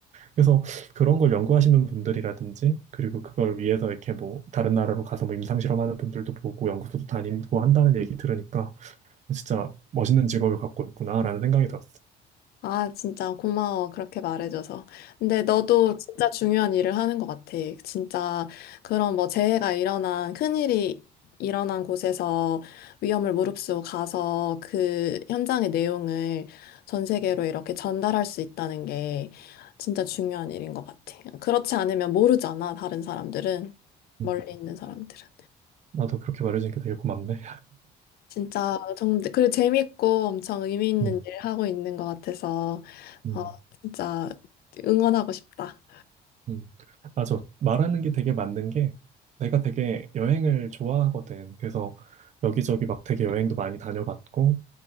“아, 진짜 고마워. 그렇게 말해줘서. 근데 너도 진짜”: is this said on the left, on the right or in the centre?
Left